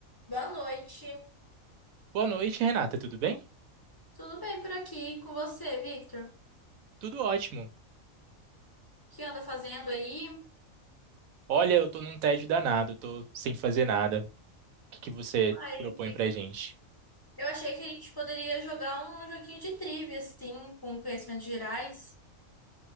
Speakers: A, on the left (about 35°); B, on the right (about 85°).
A: Boa noite.
B: Boa noite, Renata, tudo bem?
A: Tudo bem por aqui com você, Victor? O
B: Tudo ótimo.
A: que anda fazendo aí?
B: Olha, eu tô num tédio danado, tô sem fazer nada. O que que você
A: Aí,
B: propõe pra gente?
A: eu achei que a gente poderia jogar um joguinho de trivia, assim, com conhecimentos gerais.